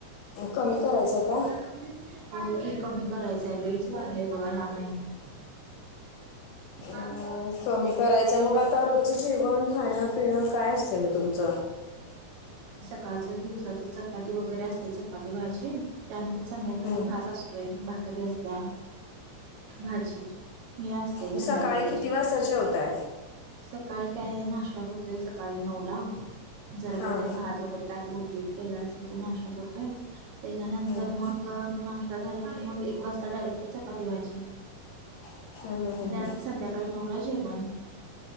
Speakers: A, on the left; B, on the right.
A: कमी करायचंय का?
B: हो <unintelligible> कमी करायचं लईचं वाढलंय बघा ह्या महिन्यात. थांब.
A: अं, कमी करायचं मग आता रोजचं जेवण खाणं पिणं काय असते मग तुमचं.
B: कालच्या दिवसाचं चपाती वगैरे असते. चपाती भाजी त्यानंतर संध्याकाळी
A: हं.
B: भात अस तोय भाकरी असत्या. भाजी हे अस ते
A: मग
B: संध्याकासचे
A: सकाळी किती वाजता जेवताय
B: सकाळी काय आहे नाश्ता करतोय. सकाळी नऊ ला जरा
A: हां
B: काहीतरी भात वगैरे काहीतरी उपीट केलं असते. तो नाश्ता करतोय. त्याच्यानंतर
A: हं.
B: मग ग नाश्ता झाला की, मग एक वाजता डायरेक्ट चपाती भाजी
A: हं, हं, हं,
B: मग त्यानंतर
A: हं.
B: संध्याकाळी नऊ ला जेवण.